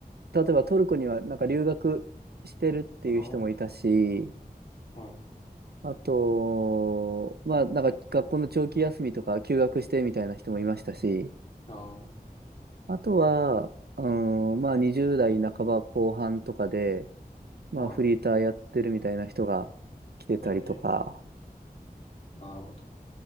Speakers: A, on the right; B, on the left.
A: 例えばトルコにはなんか留学してるっていう人もいたし、
B: ああー、はい。
A: あと、まあ、なんか学校の長期休みとか休学してみたいな人もいましたし、
B: ああ、
A: あとは、うん、まあ20代半ば後半とかで、まあフリーターやってるみたいな人が来てたりとか、
B: はい。ええ、なるほど。